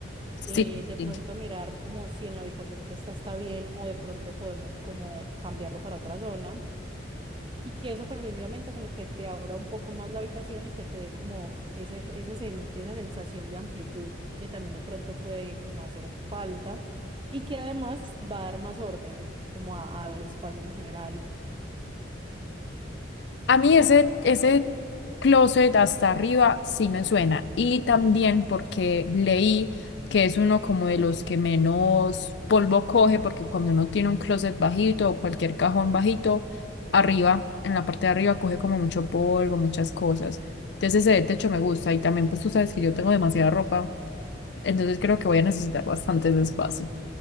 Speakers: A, on the right; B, on the left.
A: eh,
B: Sí,
A: de
B: sí.
A: pronto mirar como si en la ubicación que está está bien o de pronto podemos como cambiarlo para otra zona y que eso precisamente como que te abra un poco más la habitación y que te dé como ese, ese, sen- esa sensación de amplitud que también de pronto puede como hacer falta y que además va a dar más orden como a- al espacio en general.
B: A mí ese, ese closet hasta arriba sí me suena. Y también porque leí que es uno como de los que menos polvo coge, porque cuando uno tiene un closet bajito o cualquier cajón bajito, arriba, en la parte de arriba coge como mucho polvo, muchas cosas. Entonces ese de techo me gusta. Y también pues tú sabes que yo tengo demasiada ropa, entonces creo que voy a necesitar bastantes espacio.